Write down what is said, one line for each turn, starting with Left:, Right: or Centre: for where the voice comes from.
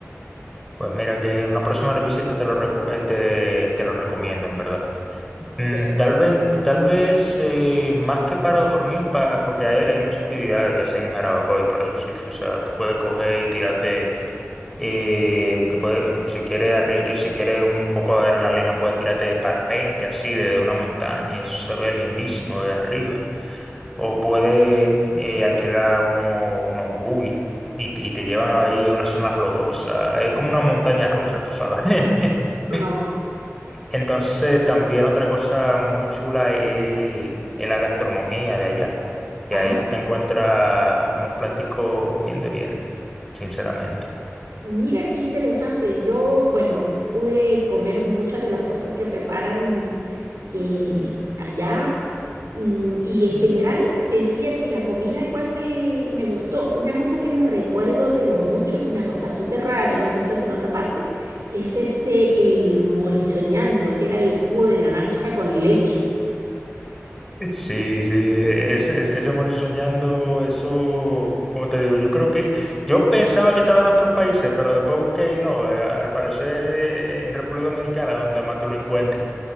Centre: Pues mira, que en una próxima visita te lo, recu- eh, te, te lo recomiendo, en verdad. Mm,
Right: Ya.
Centre: tal vez, tal vez eh, más que para dormir, pa- porque hay, hay muchas actividades que hacen en Jarabacoa y por esos sitios, o sea, tú puedes coger y tirarte Y te puede- si quieres, arri- si quieres un poco de adrenalina, puedes tirarte de parpente así desde una montaña y eso se ve lindísimo de arriba. O puedes eh, alquilar uno- unos buggy y, te y te llevan ahí a unas zonas lodosas. Es como una montaña rusa, tú sabes. <laughs>
Right: Ah,
Centre: Entonces, también otra cosa muy chula es, es la gastronomía de allá, que
Right: Ah,
Centre: ahí tú te encuentras unos platicos bien de bien, sinceramente.
Right: mira qué interesante. Yo, bueno, pude comer muchas de las cosas que preparan eh, allá. mm, Y en general te diría que la comida igual me, me gustó. Una cosa que me recuerdo, pero mucho, que una cosa súper rara que no encuentras en otra parte, es este, el morisoñando, que era el jugo de naranja con leche.
Centre: Sí, sí, eh, ese, ese, ese morir soñando, eso, como te digo, yo creo que, yo pensaba que estaba en otros países, pero después busqué y no, eh, al parecer eh, en República Dominicana, donde más tú lo encuentres.